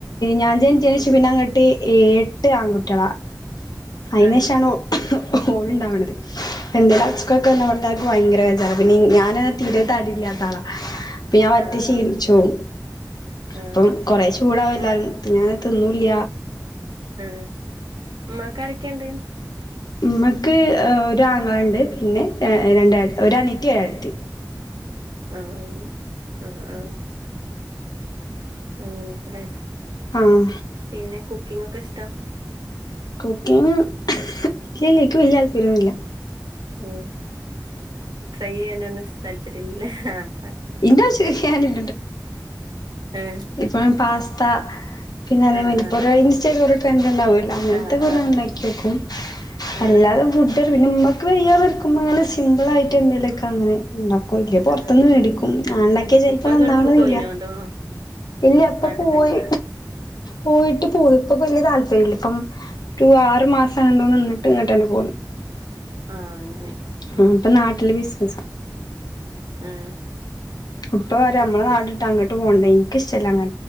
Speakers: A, on the left; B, on the right.
A: ഞാൻ ജനിച്ച ശേഷം പിന്നങ്ങ എട്ട് ആൺകുട്ടികളാ അയിനേഷാണ്
B: ആ
A: ഓളുണ്ടാവണന്ത് എന്റെ അച്ചുക്കാക്കെ
B: ഉം
A: എന്ന പറഞ്ഞാക്ക് ഭയങ്കര ബെചാറ പിന്നെ ഞാന് തീരെ തടില്ലാത്താളാ അപ്പൊ ഞാൻ വറ്റേ
B: ആഹ്
A: ശീലിച്ച്
B: ആഹ്
A: പോവും
B: ആഹ്
A: അപ്പം കൊറെ ചൂടാവും
B: ഉമ്മ
A: എല്ലാരും പിന്ന തിന്നൂലൃ
B: ആ ഉമ്മക്കാരൊക്കെണ്ട്
A: ഉമ്മാക്ക് ഒരാങ്ങളണ്ട് പിന്നെ രണ്ടാ ഒരനിയത്തി ഒരേട്ടത്തി
B: ആ ആ ആ അങ്ങനെയൊക്കല്ലേ
A: ആഹ്
B: പിന്നെ കുക്കിംങ്ങ് ഒക്കെ ഇഷ്ട
A: കുക്കിങ് ഇല്ലില്ല എക്ക് വലിയ താല്‍പര്യം ഒന്നുല്ല
B: മ് ട്രൈ ചെയ്യാനോന്നും ഇഷ്ട താല്‍പര്യം ഇല്ലല്ലേ ആഹ്
A: ഇന്റാ ആവിശ്യക്കാനി
B: ആഹ്
A: ഇപ്പ പാസ്ത പിന്നെ അതേ
B: ആഹ്
A: മയി ഇപ്പോരു
B: ആഹ്
A: ഇൻസ്റ്റയിലൊരു ട്രെൻഡ് ഉണ്ടാവൂലോ അങ്ങനത്തെ
B: ആഹ്
A: പോലെ ഉണ്ടാക്കി നോക്കും
B: ആഹ് ആഹ്
A: അല്ലാതെ ഫുഡ് പിന്നെ ഉമ്മക്ക് വയ്യാതിറിക്കുമ്പോ അങ്ങനെ സിമ്പിളായിട്ട് എന്തേലൊക്കെ അങ്ങനെ ഉണ്ടാക്കും ഇല്ല പൊറത്തിന്ന്
B: ആഹ്
A: മേടിക്കും ഞാൻ ഉണ്ടാക്കിയാ
B: ആഹ്
A: ചിലപ്പോ
B: ഇപ്പൊ
A: നന്നാവണില്ല
B: ഗൾഫ് പോയിനോ അതോ
A: ഇല്ല ഇപ്പൊ
B: നാട്ടി
A: പോയി
B: തന്നെയാ
A: പോയിട്ട് പോകും ഇപ്പോ വലിയ താല്പര്യം ഇല്ല ഇപ്പം ഒരു ആറു മാസം എന്തോ നിന്നിട്ട് ഇങ്ങോട്ട് തന്നെ പോന്നു
B: ആ അങ്ങനെ ഉം
A: ആ ഇപ്പൊ നാട്ടില് ബിസ്നസാ
B: ആഹ്
A: ഇപ്പ പറയും
B: എന്നിട്ട്
A: നമ്മള നാടിട്ട് അങ്ങട്ട് പോണ്ടെ എനിക്ക് ഇഷ്ടല്ല അങ്ങ്